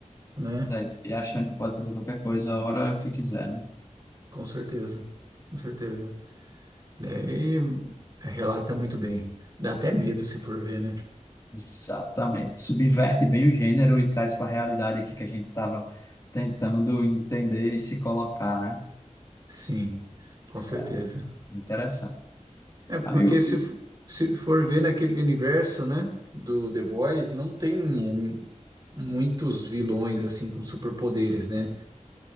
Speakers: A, on the right; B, on the left.
A: né?
B: Mas aí, E achando que pode fazer qualquer coisa a hora que quiser. né?
A: Com certeza. Com certeza. Daí relata muito bem. Dá até medo se for ver, né?
B: Exatamente. Subverte bem o gênero e traz para a realidade aqui que a gente estava tentando entender e se colocar, né?
A: Sim, com certeza.
B: É, interessante.
A: É porque
B: Amigo,
A: se, f- se for ver naquele universo, né, do The Boys, não tem eh, muitos vilões assim com superpoderes, né,